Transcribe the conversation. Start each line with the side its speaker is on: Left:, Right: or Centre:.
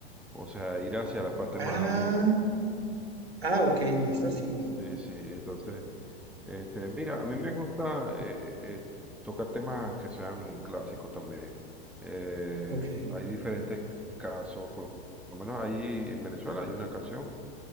Centre: o sea, ir hacia la parte
Right: Ah,
Centre: más aguda.
Right: ah, ok, listo, sí,
Centre: Sí, sí. Entonces, este, mira, a mí me gusta eh, eh, tocar temas que sean clásicos también. Eh,
Right: ok.
Centre: hay diferentes casos, por lo menos ahí en Venezuela hay una canción